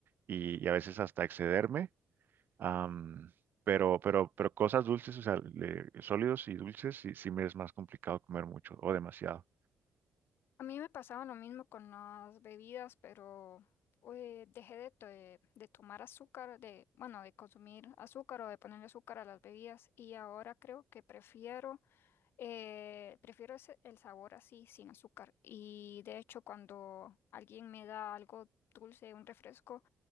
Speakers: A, on the right; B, on the left.
A: y, y a veces hasta excederme, Am, pero, pero, pero cosas dulces, o sea, le- sólidos y dulces, sí, sí me es más complicado comer mucho o demasiado.
B: A mí me pasaba lo mismo con las bebidas, pero eh, dejé de, to- de tomar azúcar, de, bueno, de consumir azúcar o de ponerle azúcar a las bebidas y ahora creo que prefiero, eh, prefiero ese- el sabor así, sin azúcar. Y de hecho, cuando alguien me da algo dulce, un refresco,